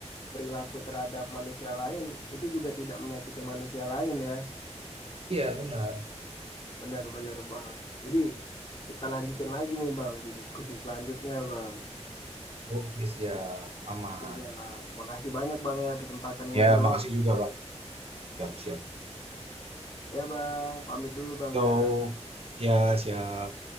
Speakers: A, on the left; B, on the right.
A: perilaku terhadap manusia lain itu juga tidak menyakiti manusia lain ya.
B: iya benar.
A: Benar-benar Bang. Jadi kita lanjutin lagi nih Bang di diskusi selanjutnya Bang.
B: Oke, siap. Aman.
A: Oke Bang, makasih banyak Bang ya kesempatan ngobrol.
B: Ya, makasih juga, Bang. Siap, siap.
A: Ya Bang, pamit dulu Bang
B: Yo,
A: ya.
B: ya siap.